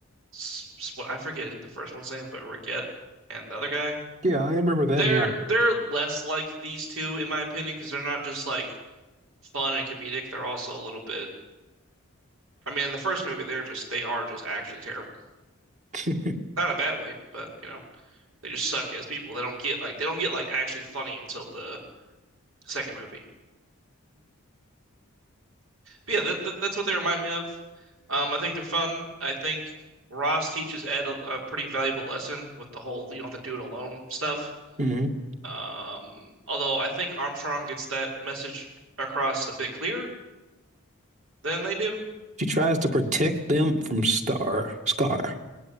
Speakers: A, on the right; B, on the right.
A: sw- I forget the first one's name, but Rickett and the other guy.
B: Yeah, I remember them.
A: They're
B: Yeah.
A: they're less like these two in my opinion because they're not just like fun and comedic. They're also a little bit. I mean, in the first movie, they're just they are just actually terrible.
B: <laughs>
A: Not a bad way, but you know. They just suck as people. They don't get like they don't get like actually funny until the second movie. But yeah, that, that, that's what they remind me of. Um, I think they're fun. I think Ross teaches Ed a, a pretty valuable lesson with the whole you don't have to do it alone stuff.
B: hmm
A: Um, although I think Armstrong gets that message across a bit clearer than they do.
B: She tries to protect them from Star Scar.